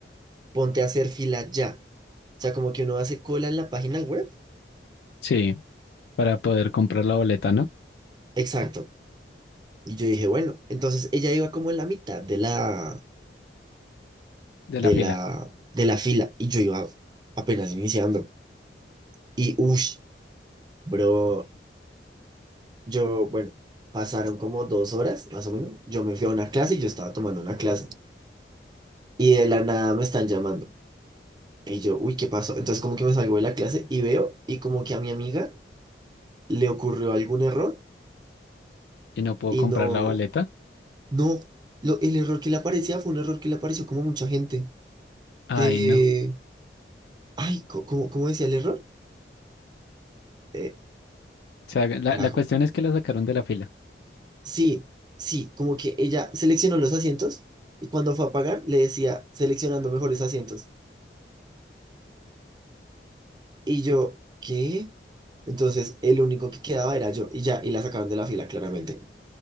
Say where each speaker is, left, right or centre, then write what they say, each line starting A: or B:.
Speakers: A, on the right; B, on the left.
A: ponte a hacer fila ya. O sea, como que uno hace cola en la página web.
B: Sí, para poder comprar la boleta, ¿no?
A: Exacto. Y yo dije, bueno, entonces ella iba como en la mitad de la,
B: De
A: de
B: la fila.
A: la, de la fila y yo iba apenas iniciando. Y uff, bro, yo, bueno, pasaron como dos horas más o menos. Yo me fui a una clase y yo estaba tomando una clase y de la nada me están llamando. Y yo, uy, ¿qué pasó? Entonces como que me salgo de la clase y veo y como que a mi amiga le ocurrió algún error
B: Y no puedo
A: y
B: comprar
A: no,
B: la boleta.
A: no, lo, el error que le aparecía fue un error que le apareció como a mucha gente de,
B: Ay, no.
A: ay, co- ¿cómo, cómo decía el error? Eh,
B: O sea, la,
A: carajo.
B: la cuestión es que la sacaron de la fila.
A: Sí, sí, como que ella seleccionó los asientos y cuando fue a pagar le decía seleccionando mejores asientos. Y yo, ¿qué? Entonces el único que quedaba era yo y ya, y la sacaron de la fila claramente.